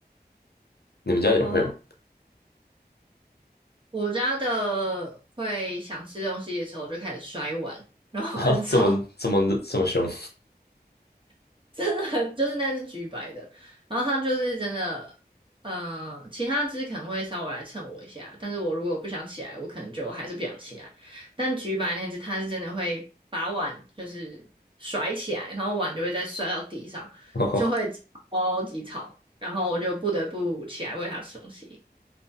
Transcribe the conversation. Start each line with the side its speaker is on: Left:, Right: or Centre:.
Left: 你们家里也会吗？
Right: 哦，我家的会想吃东西的时候就开始摔碗，
Left: <laughs>
Right: 然后很吵。
Left: 啊，这么这么这么凶，
Right: <laughs> 真的很就是那只橘白的，然后它就是真的，呃，其他只可能会稍微来蹭我一下，但是我如果不想起来，我可能就还是不想起来。但橘白那只，它是真的会把碗就是甩起来，然后碗就会再摔到地上，
Left: <laughs>
Right: 就会超级吵，然后我就不得不起来喂它吃东西。